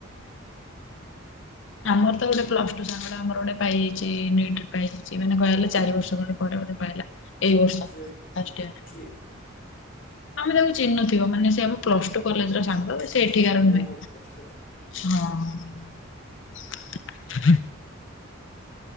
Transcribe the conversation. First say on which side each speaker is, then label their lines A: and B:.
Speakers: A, on the left; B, on the left.
A: ଆମର ତ ଗୋଟେ ପ୍ଲସ ଟୁ ସାଙ୍ଗ ଟେ ଆମର ଗୋଟେ ପାଇଯାଇଚି ନିଟ୍ ପାଇଯାଇଚି ମାନେ କହିବାକୁ ଗଲେ ଚାରିର୍ଷ ଖଣ୍ଡେ ପରେ ବୋଧେ ପାଇଲା। ଏଇ ବର୍ଷ
B: କିଏ
A: ଫାଷ୍ଟ ଇୟର ରେ।
B: କିଏ
A: ଆମେ ତାକୁ ଚିହ୍ନନଥିବ ମାନେ ସେ ଆମ ପ୍ଲସ ଟୁ କଲେଜ ର ସାଙ୍ଗ ସେ ଏଠିକାର ନୁହେଁ।
B: ଓହୋ ପ୍ଲସ ଟୁ ର
A: ହଁ। <inaudible>